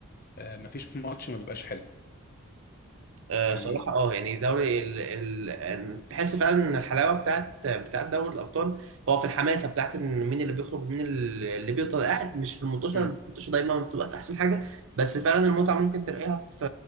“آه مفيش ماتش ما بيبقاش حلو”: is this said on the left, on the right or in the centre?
Left